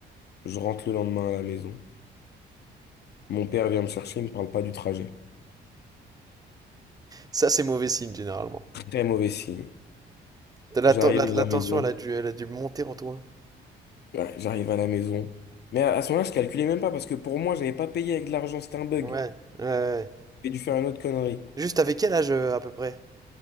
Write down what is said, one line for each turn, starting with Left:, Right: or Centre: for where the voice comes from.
Left: Je rentre le lendemain à la maison. Mon père vient me chercher, il me parle pas du trajet.
Right: Ça, c'est mauvais signe, généralement.
Left: Très mauvais signe.
Right: T'as La,
Left: J'arrive
Right: ten- la, la
Left: à la
Right: tension,
Left: maison.
Right: elle a dû, elle a dû monter en toi.
Left: Ouais, j'arrive à la maison. Mais à, à ce moment-là, je calculais même pas parce que pour moi, j'avais pas payé avec de l'argent, c'était un bug.
Right: Ouais, ouais, ouais.
Left: J'ai dû faire une autre connerie.
Right: Juste, avec quel âge, euh, à peu près?